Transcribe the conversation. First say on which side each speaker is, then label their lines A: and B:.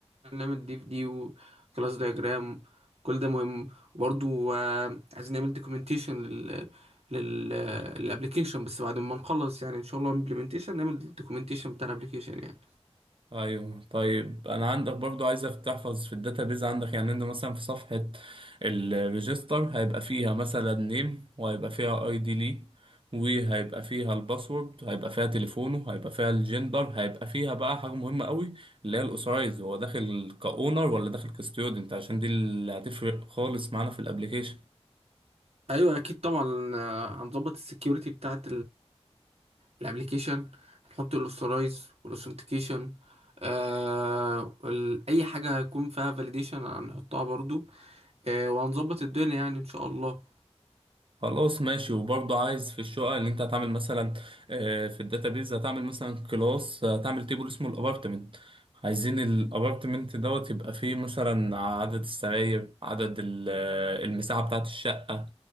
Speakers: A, on the right; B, on the right.
A: نعمل دي في دي وكلاس دايجرام كل ده مهم برضو آه، عايزين نعمل دوكيومنتيشن لل لل للابلكيشن بس بعد ما نخلص يعني ان شاء الله امبلمنتيشن نعمل دوكيومنتيشن بتاع الابلكيشن يعني
B: ايوه طيب انا عندك برضو عايزك تحفظ في الداتابيز عندك يعني انت مثلا في صفحه الريجستر هيبقى فيها مثلا نيم وهيبقى فيها اي دي ليه وهيبقى فيها الباسورد هيبقى فيها تليفونه هيبقى فيها الجندر هيبقى فيها بقى حاجه مهمه قوي اللي هي الاوثرايز هو داخل كاونر ولا داخل كستيودنت عشان دي اللي هتفرق خالص معانا في الابليكيشن
A: ايوه اكيد طبعا آه، هنظبط السكيورتي بتاعه الابلكيشن هنحط الاوثرايز والاوثنتيكيشن آه ال- اي حاجه هيكون فيها فاليديشن هنحطها برضو آه وهنظبط الدنيا يعني ان شاء الله
B: خلاص ماشي وبرضه عايز في الشقة اللي انت هتعمل مثلا آه، في الداتابيز هتعمل مثلا كلاس هتعمل تيبل اسمه الابارتمنت عايزين الابارتمنت دوت يبقى فيه مثلا عدد السراير عدد ال- آه، المساحة بتاعة الشقة